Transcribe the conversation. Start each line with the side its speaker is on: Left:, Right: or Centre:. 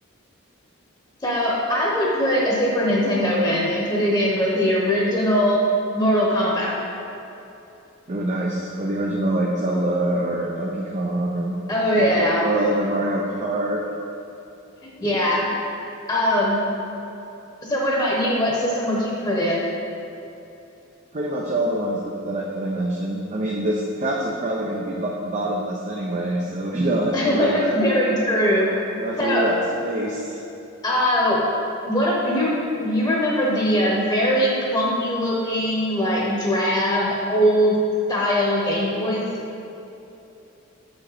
Left: So I would put a Super Nintendo in and put it in with the original Mortal Kombat.
Right: Ooh, nice. Or the original like Zelda or Donkey Kong or Ma-
Left: Oh yeah.
Right: Mario World or Mario Kart.
Left: Yeah. Um, so what about you? What system would you put in?
Right: Pretty much all the ones that, that I that I mentioned. I mean, this capsule's probably going to be bo bottomless anyway, so <laughs> we don't have
Left: <laughs>
Right: to worry about
Left: Very true.
Right: I don't have
Left: So
Right: to worry about space.
Left: uh what if you you remember the uh, very clunky looking like drab old style Game Boys?